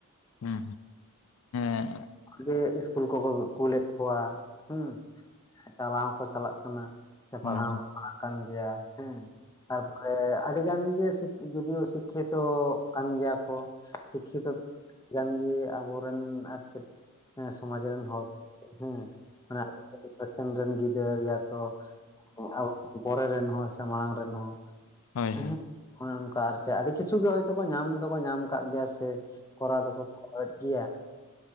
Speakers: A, on the left; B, on the left.
A: ᱦᱮᱸ ᱦᱮᱜ
B: ᱡᱮ ᱤᱥᱠᱩᱞ ᱠᱚᱠᱚ ᱠᱩᱞᱮᱫ ᱠᱚᱣᱟ ᱦᱩᱸ ᱪᱟᱞᱟᱣ ᱦᱚᱸ ᱠᱚ ᱪᱟᱞᱟᱜ ᱠᱟᱱᱟ ᱥᱮ
A: ᱦᱩᱸ
B: ᱯᱟᱲᱦᱟᱣ ᱦᱚᱸ
A: ᱦᱩᱸ ᱦᱩᱸ
B: ᱠᱚ
A: ᱦᱮᱸ ᱦᱮᱸ ᱦᱩᱸ ᱦᱳᱭ ᱦᱳᱭ ᱦᱩᱸ ᱦᱮᱸ ᱦᱮᱸ
B: ᱯᱟᱲᱦᱟᱜ ᱠᱟᱱ ᱜᱮᱭᱟ ᱦᱮᱸ ᱛᱟᱨᱯᱚᱨᱮ ᱟᱹᱰᱤ ᱜᱟᱱ ᱜᱮ ᱥᱤᱫ ᱡᱩᱫᱤᱭᱳ ᱥᱤᱠᱠᱷᱤᱛᱚ ᱠᱟᱱ ᱜᱮᱭᱟ ᱠᱚ ᱥᱤᱠᱠᱷᱤᱛᱚ ᱫᱚ ᱟᱹᱰᱤ ᱜᱟᱱ ᱜᱮ ᱟᱵᱚ ᱨᱮᱱ ᱟᱨ ᱪᱮᱫ ᱦᱮᱸ ᱥᱚᱢᱟᱡᱽ ᱨᱮᱱ ᱦᱚᱲ ᱦᱮᱸ ᱢᱟᱱᱮ <unintelligible> ᱨᱮᱱ ᱜᱤᱫᱽᱨᱟᱹ ᱨᱮᱭᱟᱛ ᱛᱚ ᱟᱵᱚ ᱯᱚᱨᱮ ᱨᱮᱱ ᱦᱚᱸ ᱥᱮ ᱢᱟᱲᱟᱝ ᱨᱮᱱ ᱦᱚᱸ
A: ᱦᱳᱭ
B: ᱦᱮᱸ
A: ᱥᱮ
B: ᱚᱱᱮ ᱚᱱᱠᱟ ᱟᱨ ᱪᱮᱫ ᱟᱹᱰᱤ ᱠᱤᱪᱷᱩ ᱦᱳᱭᱛᱩ ᱧᱟᱢ ᱫᱚᱠᱚ ᱧᱟᱢ ᱠᱟᱜ ᱜᱮᱭᱟ ᱥᱮ ᱠᱚᱨᱟᱣ ᱫᱚᱠᱚ ᱦᱚᱲ ᱮᱫ ᱜᱮᱭᱟ